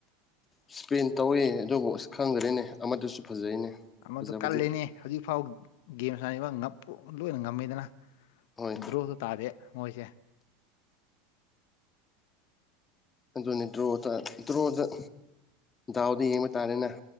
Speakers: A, on the left; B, on the left.
A: ꯏꯁꯄꯦꯟ ꯇꯧꯋꯤ ꯑꯗꯨꯕꯨ ꯑꯁ ꯈꯪꯗ꯭ꯔꯦꯅꯦ ꯑꯃꯗꯨꯁꯨ ꯐꯖꯩꯅꯦ
B: ꯑꯃꯗꯣ
A: ꯐꯖꯕꯗꯤ
B: ꯀꯂꯦꯅꯦ ꯍꯧꯖꯤꯛꯐꯥꯎ ꯒꯦꯝ ꯁꯅ ꯂꯣꯏꯅ ꯉꯝꯃꯤꯗꯅ
A: ꯍꯣꯏ
B: ꯗ꯭ꯔꯣꯁꯨ ꯇꯥꯗꯦ ꯃꯣꯏꯁꯦ
A: ꯑꯗꯨꯅꯤ ꯗ꯭ꯔꯣꯗ ꯗ꯭ꯔꯣꯗ ꯗꯥꯎꯗ ꯌꯦꯡꯕ ꯇꯥꯔꯦꯅꯦ